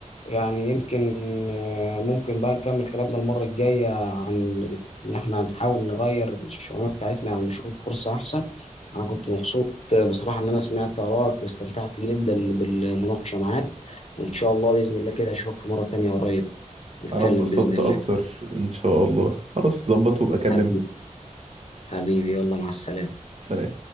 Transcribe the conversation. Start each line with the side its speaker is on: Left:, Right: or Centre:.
Left: يعني يمكن آه، ممكن بقى نكمل كلامنا المرة الجاية عن إن إحنا هنحاول نغير الشغلانة بتاعتنا أو نشوف فرصة أحسن أنا كنت مبسوط آه، بصراحة إن أنا سمعت آرائك واستمتعت جدا بالمناقشة معاك وإن شاء الله بإذن الله كده أشوفك في مرة تانية قريب نتكلم
Right: انا اتبسطت
Left: بإذن الله
Right: اكتر ان شاء الله خلاص ظبط وابقى كلمني
Left: حبيبي حبيبي يلا مع السلامة
Right: سلام